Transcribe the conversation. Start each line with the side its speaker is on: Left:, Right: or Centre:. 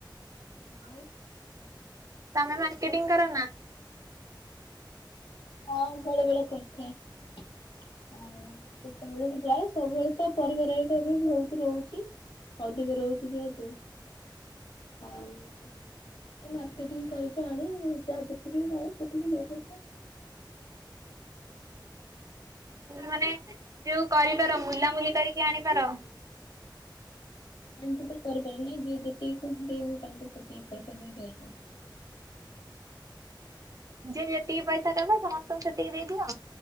Left: ଆଉ?
Right: ତମେ ମାର୍କେଟିଙ୍ଗ କର ନା?
Left: ହଁ ବେଳେ ବେଳେ କରିଥାଏ ହ। ସେତେବେଳେ ବି ଯାଏ ସବୁବେଳେ ତ ପରିବାରଟା ବି ବହୁତ ରହୁଚି। ଏିକ ଯ ରହୁଚି ଯେହେତୁ ଏଇ ମାର୍କେଟିଙ୍ଗ କରିକି ଆଣି ଯାହା ଯେତିକି ମିଳେ ସେତିକି ନେଇ ଆସେ।
Right: ମାନେ ଯୋଉ କରିପାର ମୁଲାମୁଲି କରିକି ଆଣିପାର? <inaudible>
Left: ଏମତି ତ କରିପାର ନା ଯେ ଯେତିକି କହନ୍ତି ତାଙ୍କୁ ସେ ପଇସା ଦେଇକି ଆସେ।
Right: ଯେ ଯେତିକି ପଇସା ଦବ ସମସ୍ତଙ୍କୁ ସେତିକି ଦେଇଦିଅ?